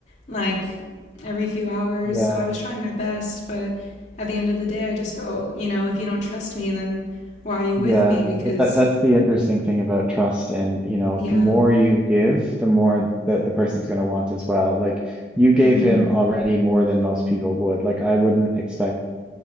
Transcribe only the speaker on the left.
like every few hours.
So I was trying my best, but at the end of the day I just felt, you know, if you don't trust me then why are you
with me because
yeah.
Mhm.